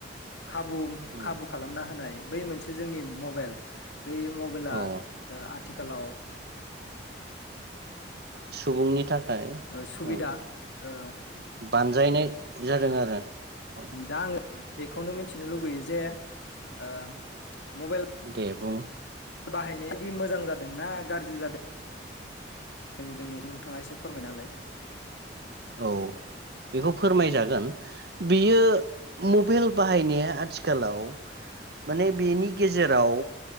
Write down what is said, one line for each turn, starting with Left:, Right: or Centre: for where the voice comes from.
Left: खाबु खाबु
Right: उम
Left: खालामना होनाय बै मोनसे जोंनि मबेइल बे मबेला
Right: औ
Left: ओ आ थिखालाव
Right: सुबुंनि थाखाय
Left: ओ सुबिदा
Right: औ
Left: ओ
Right: बानजायनाय जादों आरो औ
Left: दां आङो बेखौनो मिथिनो लुबैयो जे ओ मबेल
Right: दे बुं।
Left: बाहायनायादि मोजां जादोंना गाज्रि जादों जों जोंनि नोंथाङा एसे फोरमायनालाय?
Right: औ बेखौ फोरमायजागोन बियो मबेल बाहायनाया आथिखालाव माने बेनि गेजेराव